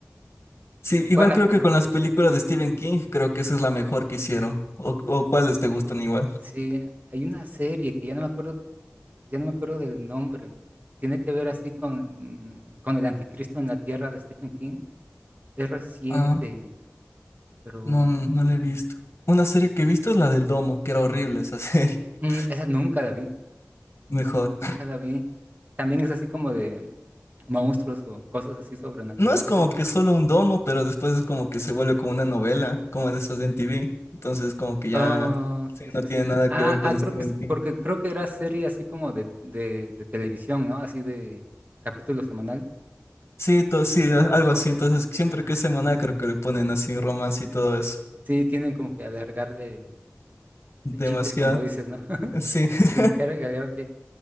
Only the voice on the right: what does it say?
Bueno,
sí, hay una serie que ya no me acuerdo, ya no me acuerdo del nombre. Tiene que ver así con, mm, con el anticristo en la tierra de Stephen King. Es reciente,
pero
mm, esa nunca la vi.
Esa nunca la vi. También es así como de monstruos o cosas así sobrenaturales.
¿eh?
Ah,
sí, sí,
sí.
Ah,
ah, creo
que es,
porque creo que era serie así como de, de, de televisión, ¿no? Así de capítulos semanales.
Sí, tienen como que alargarle el,
el chicle, como dices, ¿no? <laughs>
Tiene que alargarle.